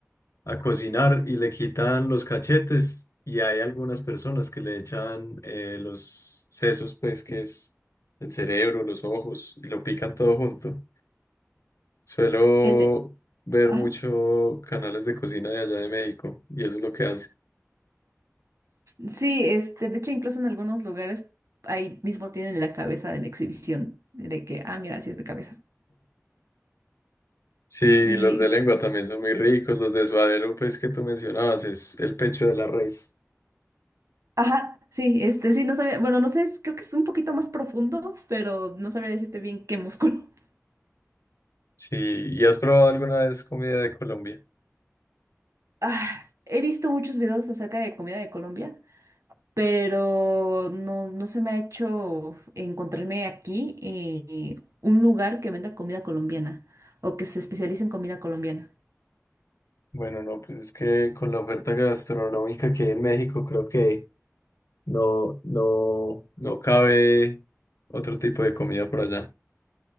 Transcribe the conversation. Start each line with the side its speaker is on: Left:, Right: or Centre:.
Left: a cocinar y le quitan los cachetes. Y hay algunas personas que le echan eh, los sesos, pues, que es el cerebro, los ojos, y lo pican todo junto. Suelo
Right: El- eh,
Left: ver
Right: ajá.
Left: mucho canales de cocina de allá de México, y eso es lo que hace.
Right: Sí, este, de hecho, incluso en algunos lugares ahí mismo tienen la cabeza de la exhibición, de que, ah, mira, así es de cabeza.
Left: Sí,
Right: Y,
Left: los de lengua también son muy ricos. Los de suadero, pues, que tú mencionabas, es el pecho de la res.
Right: ajá, sí, este, sí, no sabía, bueno, no sé, es- creo que es un poquito más profundo, pero no sabría decirte bien qué músculo. <laughs>
Left: Sí, ¿y has probado alguna vez comida de Colombia?
Right: Ah, he visto muchos videos acerca de comida de Colombia, pero no, no se me ha hecho encontrarme aquí eh, un lugar que venda comida colombiana o que se especialice en comida colombiana.
Left: Bueno, no, pues es que con la oferta gastronómica que hay en México, creo que no, no, no cabe otro tipo de comida por allá.